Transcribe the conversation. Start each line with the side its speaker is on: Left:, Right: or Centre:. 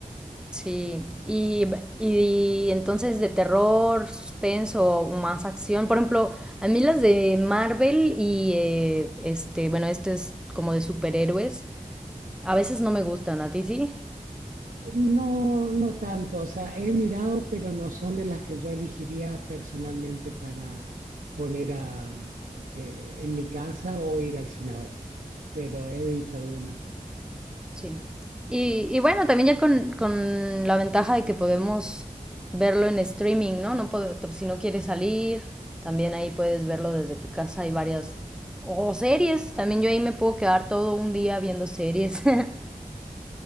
Centre: Sí, y, y entonces de terror, suspenso, más acción. Por ejemplo, a mí las de Marvel y eh, este, bueno, este es como de superhéroes, a veces no me gustan, ¿a ti sí?
Right: No, no tanto, o sea, he mirado, pero no son de las que yo elegiría personalmente para poner a, eh, en mi casa o ir al cine a verlas, pero he visto algunas.
Centre: Sí. Y, y bueno, también ya con, con la ventaja de que podemos verlo en streaming, ¿no? No puedo- t- si no quieres salir, también ahí puedes verlo desde tu casa. Hay varias... O series, también yo ahí me puedo quedar todo un día viendo series. <laughs>